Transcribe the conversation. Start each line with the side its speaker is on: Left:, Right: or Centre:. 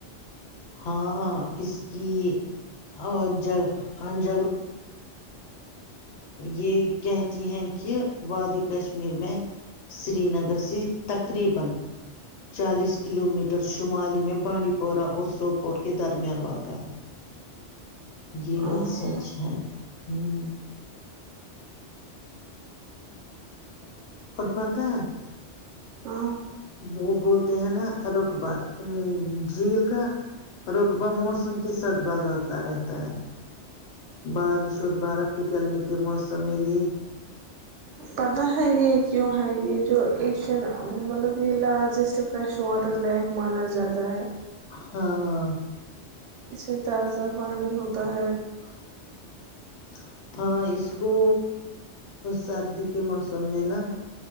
Left: ہاں اس کی اور ج یہ کہتی ہیں کہ وادی کشمیر میں سری نگر سے تقریبا چالیس کلومییٹر شمالی میں بانڈی پورہ اور سوپور کے درمیان واقع ہے جی
Right: ہاں
Left: بس
Right: ہاں
Left: سچ ہے ہوں اور پتہ
Right: ہاں
Left: وہ بولتے ہیں نا رقبہ ا جھیل کا رقبہ موسم کے ساتھ بازتا رہتا ہے بارش اور برف پکلنے کے موسم میں یہ
Right: پتا ہے یہ کیوں ہے یہ جو ایشین مطلب یہ لارجسٹ فریش واٹر لیک مانا جاتا ہے
Left: ہاں
Right: اس سے تازہ پانی ہوتا ہے
Left: <unintelligible> ہاں اس کو سردی کے موسم میں نا